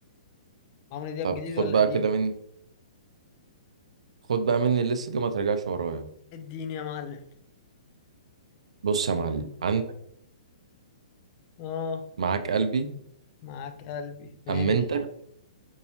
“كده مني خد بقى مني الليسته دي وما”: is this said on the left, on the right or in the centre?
Right